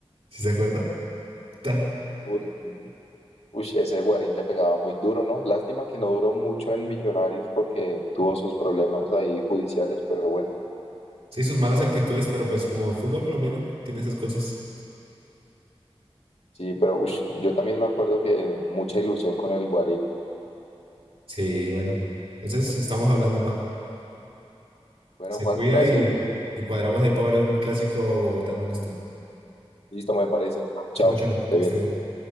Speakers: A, on the right (about 65°); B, on the left (about 75°).
A: ¿sí se acuerda? Ta.
B: Uy, sí. Uy, ese Guarín le pegaba muy duro, ¿no? Lástima que no duró mucho en Millonarios porque tuvo sus problemas ahí judiciales, pero bueno,
A: Sí, sus malas actitudes, pero pues como el fútbol colombiano tiene esas cosas.
B: sí, pero uy, yo también me acuerdo que mucha ilusión con el Guarín.
A: Sí, bueno. Entonces estamos hablando, va.
B: Bueno,
A: Se
B: Juan,
A: cuida
B: gracias.
A: y, y cuadramos ahí para ver algún clásico bogotano, ¿listo?
B: Listo, me parece. Chao,
A: Chao, chao.
B: que esté
A: que
B: bien.
A: esté bien.